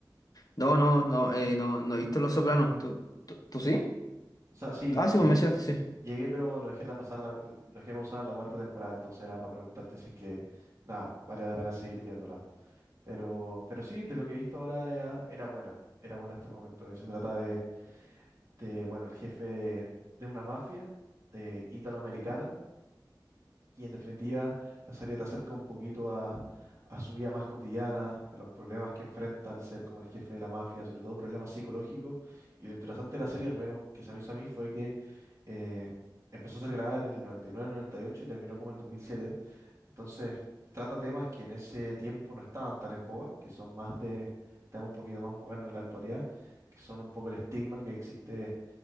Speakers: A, on the left; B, on the right.
A: No, no, no, eh, no, no he visto Los Sopranos. ¿Tú, tú, tú sí?
B: O sea, sí,
A: Ah, sí,
B: llegué
A: me mencionaste, sí.
B: Llegué, pero lo dejé la pasar la, lo dejé pausar la cuarta temporada, entonces era para preguntarte si es que, nada, valía la pena seguir viéndola. Pero, pero sí, de lo que he visto ahora era, era buena, era buena hasta el momento. Eh, Se trata de, de, bueno, el jefe de, de una mafia eh, italoamericana y en definitiva la serie te acerca un poquito a, a su vida más cotidiana, a los problemas que enfrenta al ser como el jefe de la mafia, sobre todo problemas psicológicos. Y lo interesante de la serie, al menos que se me hizo a mí, fue que eh, empezó a ser grabada en el 99-98 y nueve, noventa y ocho y terminó como el 2007. Entonces trata temas que en ese tiempo no estaban tan en boga, que son más de temas un poquito más modernos en la actualidad, que son un poco el estigma que existe.